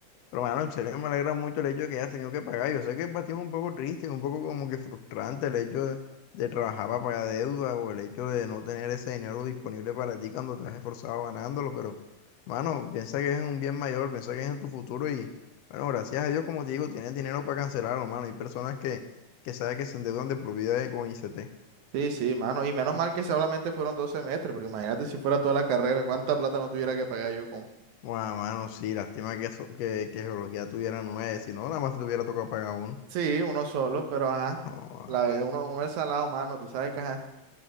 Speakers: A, on the left (about 70°); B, on the right (about 75°).
A: pero, mano, en serio me alegra mucho el hecho de que hayas tenido que pagar. Yo sé que para ti es un poco triste, un poco como que frustrante el hecho de, de trabajar para pagar deuda o el hecho de no tener ese dinero disponible para ti cuando te has esforzado ganándolo, pero, mano, piensa que es un bien mayor, piensa que es en tu futuro y, bueno, gracias a Dios, como te digo, tienes dinero para cancelarlo, mano. Hay personas que, que saben que se endeudan de por vida eh, con ICT.
B: Sí, sí, mano, y menos mal que solamente fueron dos semestres, porque imagínate si fuera toda la carrera, cuánta plata no tuviera que pagar yo, compa.
A: Bueno, mano, sí, lástima que, eso- que, que geología tuviera nueve, si no, nada más te tuviera tocado pagar uno.
B: Sí, uno solo, pero ajá.
A: Joda.
B: La, ve- uno, uno es salado, mano, tú sabes que ajá.